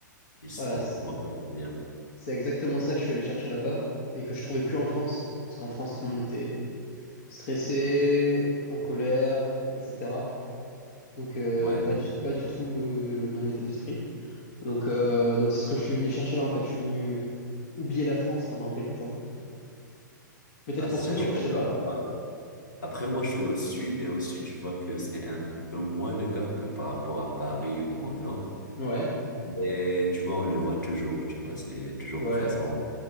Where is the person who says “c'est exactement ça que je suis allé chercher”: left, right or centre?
Left